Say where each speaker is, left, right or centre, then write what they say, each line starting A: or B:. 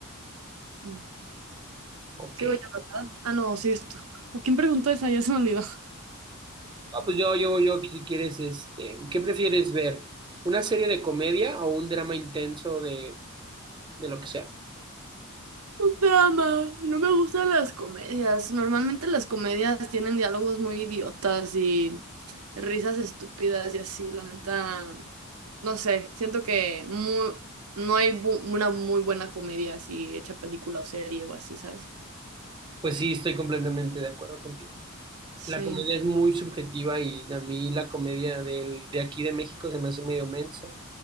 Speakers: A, on the right (about 75°); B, on the right (about 20°).
A: mm,
B: ok,
A: Sigo yo, ¿verdad? Ah, no, sigues tú. <laughs> ¿Quién preguntó esa? Ya se me olvidó.
B: ah, pues yo, yo, yo, ¿qué quieres, este, qué prefieres ver? ¿Una serie de comedia o un drama intenso de, de lo que sea?
A: <laughs> Drama. No me gustan las comedias. Normalmente las comedias tienen diálogos muy idiotas y risas estúpidas y así. La neta, no sé. Siento que mu- no hay bu- una muy buena comedia así, hecha película o serie o así, ¿sabes?
B: Pues sí, estoy completamente de acuerdo contigo.
A: Sí.
B: La comedia es muy subjetiva y a mí la comedia del, de aquí de México se me hace medio mensa.